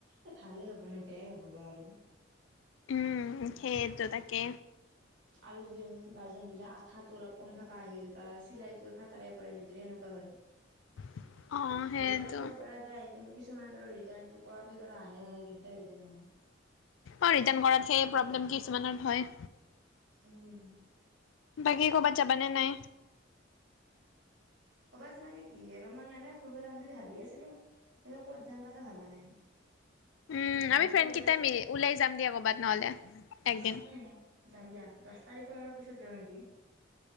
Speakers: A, on the right; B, on the left.
A: এই ভালে হ'ব নে বেয়াই হ'ব বা আৰু।
B: উম' সেইয়েটো তাকে।
A: আৰু যদি উম বাই চান্স বোলে আঠাটো অলপ কম থকা আহিল বা চিলাই টো ফাটাৰে পৰা আহিল যদি সেনেকুৱা হয়, -
B: <inaudible> অ' সেইটো।
A: ৰিটাৰ্ণ কৰিব পাৰা- যায়, কিন্তু কিছুমানে ধৰা ৰিটাৰ্ণটো কৰাৰ পিছত আৰু আহে নাহে দিগদাৰ হৈ যায় নহয়।
B: অ ৰিটাৰ্ণ কৰাত ধেই প্ৰব্লেম কিছুমানত হয়।
A: উম'।
B: বাকী ক'বাত যাবা নে নাই।
A: ক'বাত মানে কি অলপমান এনেই ফুৰিব যাম বুলি ভাবি আছিলো। কিন্তু, ক'ত যাম তাকে ভাবা নাই।
B: উম
A: মনতো
B: আমি ফ্ৰেণ্ড
A: গৈ
B: কিটাই
A: আছে
B: মিলি ওলাই যাম দিয়া ক'বাত নহ'লে একদিন।
A: উম যাম দিয়া দশ তাৰিখৰ পিছত যাওঁ নেকি।